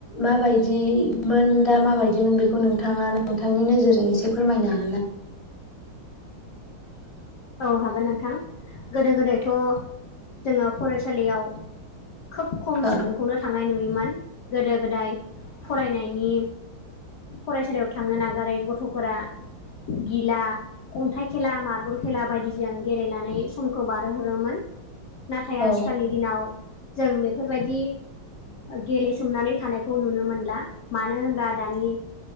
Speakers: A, on the left; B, on the left.
A: माबायदिमोन दा माबायदिमोन बेखौ नोंथाङा नोंथांनि नोजोरजों एसे फोरमायनो हागोन ना
B: औ हागोन नोंथां गोदो गोदायथ जोङो फरायसालियाव खोब खम
A: औ
B: सुबुंखौनो थांनाय नुयोमोन गोदो गोदाय फरायनायनि फरायसालियाव थांनो नागारै गथफोरा गिला अन्थाइ खेला मार्बल खेला बायदिजों गेलेनानै समखौ बारहोहरोमोन नाथाय
A: औ
B: आथिखालनि दिनाव जों बेफोरबायदि गेलेसोमनानै थानायखौ नुनो मोनला मानो होनबा दानि